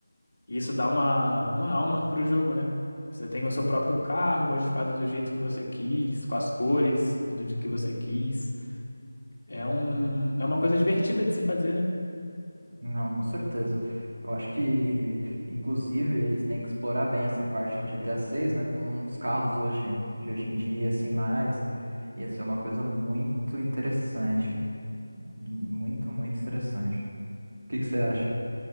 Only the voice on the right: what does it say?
Não, com certeza. Eu acho que, inclusive, eles têm que explorar bem essa parte no GTA 6, né? Com os carros hoje, de hoje em dia, assim, mais. Ia ser uma coisa muito interessante. Muito, muito interessante. O que que você acha?